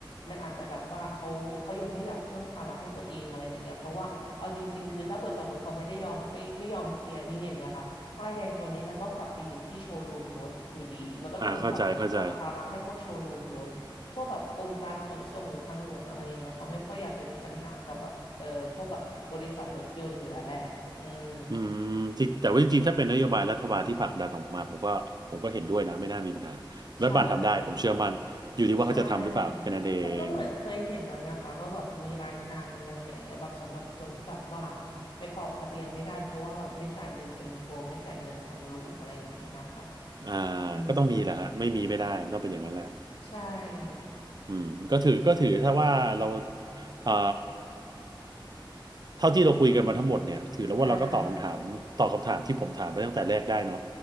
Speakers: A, on the left; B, on the right.
A: มันอาจจะแบบว่าเขาเขายังไม่อยากเพิ่มภาระให้ตัวเองอะไรอย่างเงี้ยเพราะว่าเอาจริงๆคือถ้าเปิดสมมติเขาไม่ได้ยอมไม่ไม่ยอมเคลียร์หนี่อย่างเงี้ยค่ะป้ายแดงตัวเนี้ยมันก็กลับไปอยู่ที่โชว์รูมรถอยู่ดีมันก็จะเหมือนผลักผลักภาระให้พวกโชว์รูมรถพวกแบบกรมการขนส่งหรือทางหลวงอะไรอย่างเงี้ยเขาไม่ค่อยอยากจะมีปัญหากับแบบเออพวกแบบบริษัทรถยนต์อยู่แล้วแหละอืม
B: <laughs> อ่าเข้าใจเข้าใจอืมจริงแต่ว่าจริงๆถ้าเป็นนโยบายรัฐบาลที่ผลักดันออกมาผมก็ผมก็เห็นด้วยนะไม่น่ามีปัญหารัฐบาลทำได้ผมเชื่อมันอยู่ที่ว่าเขาจะทำหรือเปล่าแค่นั้นเอง
A: ใช่ ใช่แต่ก็เหมือนเคยเห็นแล้วนะคะว่าแบบมีรายการมีอะไรอย่างเงี้ยแบบสำหรับคนที่แบบว่าไปต่อทะเบียนไม่ได้เพราะว่าแบบไม่จ่ายเงิน M4 ไม่จ่ายเงินทางหลวงอะไรอย่างเงี้ยค่ะ
B: อ่า
A: อืม
B: ก็ต้องมีแหละฮะไม่มีไม่ได้มันต้องเป็นอย่างนั้นแหละ
A: ใช่
B: อืมก็ถือก็ถือถ้าว่าเราอ่า เท่าที่เราคุยกันมาทั้งหมดเนี่ยถือแล้วว่าเราก็ตอบคำถามตอบคำถามที่ผมถามไปตั้งแต่แรกได้เนาะ
A: อ่า